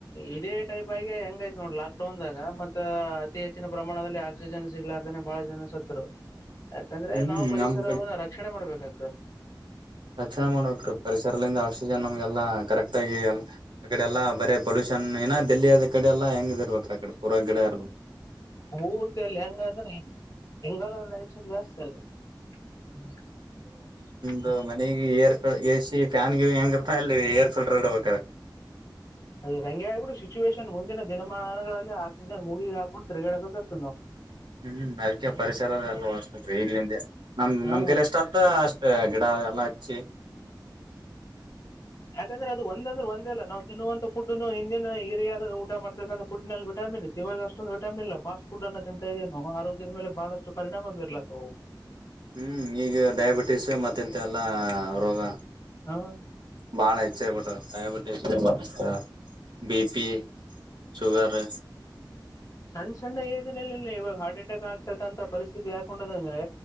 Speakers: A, on the left; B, on the right.
A: ಇದೇ ಟೈಪ್ ಆಗಿ ಹೆಂಗತಿ ನೋಡ್ ಲಾಕ್ಡೌನ್ದಾಗ ಮತ್ತ ಅತಿ ಹೆಚ್ಚಿನ ಪ್ರಮಾಣದಲ್ಲಿ ಆಕ್ಸಿಜನ್ ಸಿಗ್ಲ ಇರ್ತನೆ ಬಹಳ ಜನ ಸತ್ರು ಯಾಕಂದ್ರೆ
B: ಹ್ಮ್
A: ನಾವು ಪರಿಸರವನ್ನ
B: ನಮ್
A: ರಕ್ಷಣೆ ಮಾಡ್ಬೇಕಾಗ್ತದೆ
B: ರಕ್ಷಣ ಮಾಡ ಪರಿಸರಿಂದ ಆಕ್ಸಿಜನ್ ನಮ್ಗೆಲ್ಲಾ ಕರೆಕ್ಟ್ ಆಗಿ ಅ ಕಡೆ ಎಲ್ಲಾ ಬರೇ ಪೊಲ್ಯೂಷನ್ ಏನಾ ದಲ್ಲಿಯ ಆದ ಕಡೆ ಎಲ್ಲಾ ಹೆಂಗ ಇಿರ್ಬೇಕ್ರ ಆಕಡೆ ಪೂರ್ವ ಗಡ ಎ
A: ಪೂರ್ತಿ ಅಲ್ಲಿ ಹೆಂಗ ಅಂದ್ರೆ ಹೆಂಗಾಲ ಲೈ ಜಾಸ್ತಿ ಅಲ್ ಹ್ಮ <inaudible>
B: ದು ಮನೆಗೆ ಏರ್ ಎಸಿ ಫ್ಯಾನ್ಗೆ ಹೆಂಗಿರ್ತ ಅಲ್ಲಿ ಏರ್ ಸಲ್ಟರ್ ಇಡಬೇಕ
A: ರಂಗ್ಯ್ಬಿಡು ಸಿಚುವೇೇಶನ್ ಮುಂದಿನ ದಿನಮಾನಗಳಲ್ಲಿ ಆ ಮೂಗ ಹಾಕೊಂಡು ತಿಗಾಡಬೇಕಕ್ ಸನ್ನೋ
B: ಹ್ಮ್ ಅದಕ ಪರಿಸರ ಎಲ್ಲೀ ಈಗ್ಲಂದ ನಮ್
A: ಹಾ
B: ನಮ್ ಕೈಲಿ ಎಷ್ಟ ಆತ್ತ ಅಷ್ಟೇ ಗಿಡ ಎಲ್ಲಾ ಹಚ್ಚಿ
A: ಯಾಕಂದ್ರೆ ಅದು ಒಂದ ಅಂದ್ರ ಒಂದ ಅಲ್ಲಾ ನಾವು ತಿನ್ನುವಂತ ಫುಡ್ನು ಹಿಂದಿನ ಹಿರಿಯ ಊಟ ಮಾಡ್ತಕ್ಕಂತಥಫುಡ್ ನಲ್ಲಿ ವಿಟಾಮಿನ್ ವಿಟಮಿನ್ ಇತ್ತ ಇವಾಗ ಅಷ್ಟ ವಿಟಾಮಿನ ಇಲ್ಲಾ ಫಾಸ್ಟ್ಫುಡ್ ಅನ್ನೋ ಆರೋಗ್ಯದ ಮೇಲೆ ಬಹಳಷ್ಟು ಪರಿಣಾಮ ಬೀರ್ಲತ್ತ
B: ಹ್ಮ್ ಈಗ ಡಯಾಬಿಟೀಸ್ ಮತ್ತೆಂತ ಎಲ್ಲಾ ರೋಗ
A: ಹಾ
B: ಬಾಳ ಹೆಚ್ಚಾಗ ಬಿಟ್ಟಾವ ಡಯಾಬಟೀಸ್ ಮತ್ತ ಬಿಪಿ ಶುಗರ್
A: ಸಣ್ಣ ಸಣ್ಣ ಏಜ್ ನಲಿ ಇವಾಗ ಹಾರ್ಟ್ ಅಟ್ಯಾಕ್ ಆಗ್ತೀತೆ ಅಂತ ಪರಿಸ್ಥಿತಿ ಯಾಕೊಂಡದ ಅಂದ್ರೆ